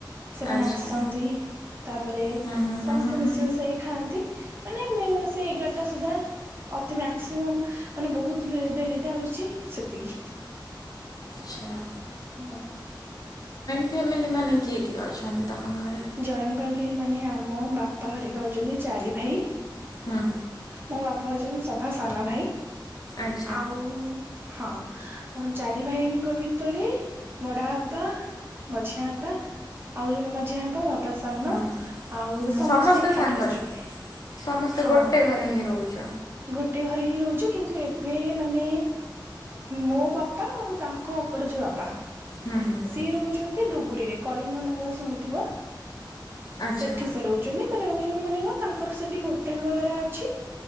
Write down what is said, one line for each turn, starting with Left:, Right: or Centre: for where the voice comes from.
Right: ସେମାନେ
Left: ଆଚ୍ଛା
Right: ଆସନ୍ତି ତାପରେ
Left: ହୁଁ ହୁଁ ହୁଁ
Right: ସମସ୍ତେ
Left: ହୁଁ ହୁଁ
Right: ମିଶମୁଶା କି ଖାଆନ୍ତି। ମାନେ ସେଇ ଏଗାରଟା ସୁଦ୍ଧା ଅତି ମ୍ୟା କ୍ସିମମ୍ ମାନେ ବୋହୁତ ଲେ ଡେରିଟା ହୋଉଚି ସେତିକି।
Left: ଆଛା।
Right: ହୁଁ।
Left: ଫ୍ୟାମିଲି ମାନେ କିଏ କିଏ ଅଛନ୍ତି ତମ ଘରେ?
Right: ଜଏଣ୍ଟ ଫାଲି ମାନେ ଆମ ବାପା ହେରିକା ହୋଉଚନ୍ତି ଚାରି ଭାଇ
Left: ହୁଁ
Right: ମୋ ବାପ ହୋଉଚନ୍ତି ସଭା ସାନ ଭାଇ।
Left: ଆଚ୍ଛା
Right: ଆଉ ହଁ ଅ ଚାରି ଭାଇଙ୍କ ଭିତରେ ବଡ ବାପା ମଝିଆଁ ବାପା ଆଉ ଜଣେ ମଝିଆଁ <unintelligible> ସାନ
Left: ହୁଁ
Right: ଆଉ
Left: ହୁଁ
Right: ସମସ୍ତେ ଏକାଠି
Left: ସାଙ୍ଗରେ
Right: ଅଛନ୍ତି
Left: ସମସ୍ତେ
Right: ହଁ
Left: ଗୋଟେ ଘରେ ହିଁ ରହୁଛ।
Right: ଗୋଟେ ଘରେ ହେଇ ରହୁଛୁ। କିନ୍ତୁ ଏବେ ମାନେ ମୋ ବାପା ଆଉ ତାଙ୍କ ଉପରେ ଯୋଉ ବାପା
Left: ହୁଁ ହୁଁ ହୁଁ
Right: ସିଏ ରହୁଛନ୍ତି ଡୁବୁରିରେ। କଳିଙ୍ଗ ନଗର ଶୁଣିଥିବ।
Left: ଆଚ୍ଛା
Right: ସେଠି ସେ ରହୁଛନ୍ତି। <unintelligible> ତାଙ୍କର ସେଠି ହୋଟେଲ ବଗେରା ଅଛି।